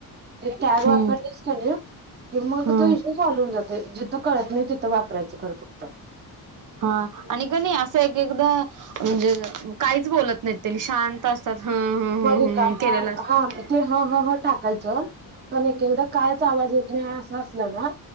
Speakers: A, on the right; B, on the right.
A: तिथ टॅग
B: हम्म.
A: <unintelligible> कि मग
B: हा.
A: तो इशू सॉल्व हून जातोय. जिथं कळत नाही तिथं वापरायचं खरं फक्त.
B: हा आणि का नाई असं एक एकदा म्हणजे काहीच बोलत नाहीत त्यां शांत असतात. ह ह
A: बर का
B: केलेलं
A: ह
B: असत
A: हा ते ह ह टाकायचं पण एक एकदा कायच आवाज येत नाही असं असलं ना